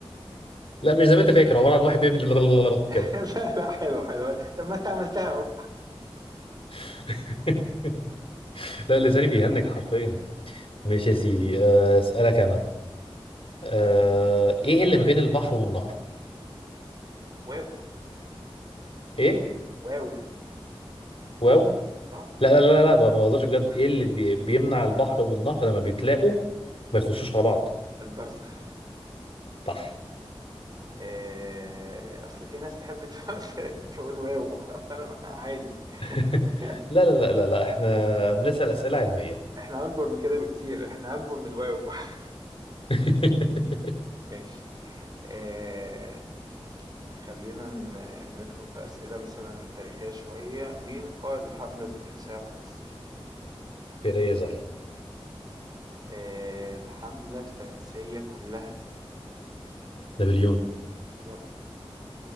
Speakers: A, on the left (about 65°); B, on the right (about 40°).
A: لا مش زي ما انت فاكر عباره عن واحد بيعمل <laughs>
B: <laughs>
A: كده
B: لا لا حلوة حلوة طب ما انت عملتها اهو
A: <laughs> لا لساني بيهنج حرفيا ماشي يا سيدي آه، اسالك انا أه ايه اللي ما بين البحر والنهر
B: واو
A: ايه
B: واو
A: واو
B: اه
A: لا لا لا لا ما بهزرش بجد ايه اللي بي- بيمنع البحر والنهر لما بيتلاقوا ما يخشوش على بعض
B: البرزخ
A: صح
B: آه، اصل في ناس تحب <laughs> ت- تقول واو فانا عادي <laughs>
A: <laughs> لا لا لا لا لا احنا بنسال اسئله علميه
B: احنا اكبر من كده بكتير احنا اكبر من واو <laughs>
A: <laughs>
B: ماشي آه، خلينا ن- ندخل في اسئله مثلا تاريخيه شويه مين قائد الحمله الفرنسيه على مصر
A: فريزر
B: آه، الحمله الفرنسيه كلها
A: نابليون
B: بالظبط